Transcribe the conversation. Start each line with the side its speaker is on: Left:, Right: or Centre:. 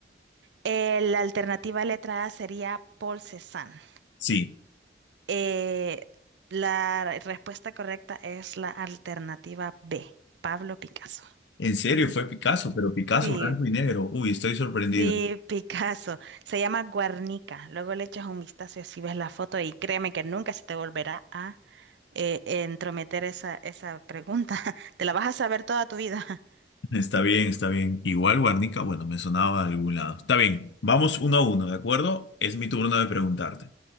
Right: Eh, la alternativa letra A sería Paul Cézanne.
Left: Sí,
Right: Eh, la respuesta correcta es la alternativa B, Pablo Picasso.
Left: en serio fue Picasso, pero Picasso
Right: Sí,
Left: blanco y negro. Uy, estoy sorprendido.
Right: sí, Picasso. Se llama Guernica. Luego le echas un vistazo y así ves la foto y créeme que nunca se te volverá a eh, entrometer esa, esa pregunta. <laughs> Te la vas a saber toda tu vida. <laughs>
Left: <laughs> Está bien, está bien. Igual Guarnica, bueno, me sonaba de algún lado. Está bien, vamos uno a uno, ¿de acuerdo? Es mi turno de preguntarte.